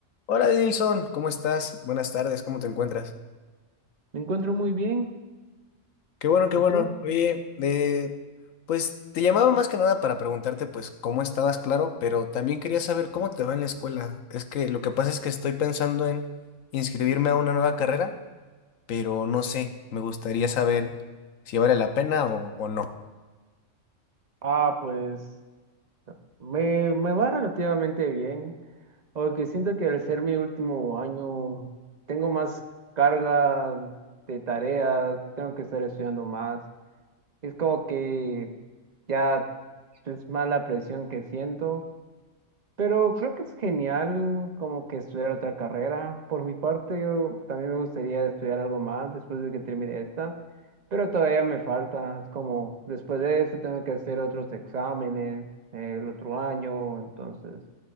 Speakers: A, on the left; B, on the right.
A: Hola Denilson, ¿cómo estás? Buenas tardes, ¿cómo te encuentras?
B: Me encuentro muy bien.
A: Qué bueno, qué
B: ¿Y
A: bueno.
B: tú?
A: Oye, eh, pues te llamaba más que nada para preguntarte pues cómo estabas, claro, pero también quería saber cómo te va en la escuela. Es que lo que pasa es que estoy pensando en inscribirme a una nueva carrera, pero no sé, me gustaría saber si vale la pena o, o no.
B: Ah, pues me, me va relativamente bien, aunque siento que al ser mi último año tengo más carga de tareas, tengo que estar estudiando más. Es como que ya es más la presión que siento, Pero creo que es genial como que estudiar otra carrera. Por mi parte, yo también me gustaría estudiar algo más después de que termine esta, pero todavía me falta. Es como, después de eso tengo que hacer otros exámenes eh, el otro año, entonces